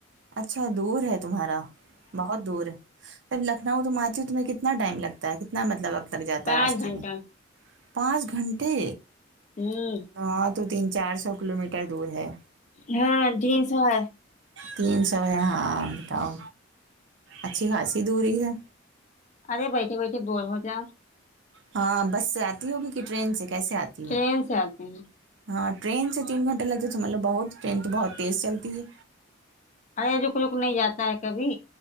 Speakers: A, on the right; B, on the left.
A: اچھا دور ہے تمہارا بہت دور ہے جب لکھنؤ تم آتی ہو تمہیں کتنا ٹائم لگتا کتنا مطلب وقت لگ جاتا
B: پانچ
A: ہے راستے
B: گھنٹہ
A: میں پانچ گھنٹے
B: ہوں
A: ہاں تو تین چار سو کلو میٹر دور ہے
B: ہاں جینس ہے
A: تین سو ہے ہاں بتاؤ اچھی خاصی دوری ہے
B: ارے بیٹھیے بیٹھیے بولو جا
A: ہاں بس سے آتی ہوگی کہ ٹرین سے کیسے آتی ہو
B: ٹرین سے آتے ہیں
A: ہاں ٹرین سے تین گھنٹے لگتے تو مت لو بہت ٹرین تو بہت تیز چلتی ہے
B: ارے روک روک نہیں جاتا ہے کبھی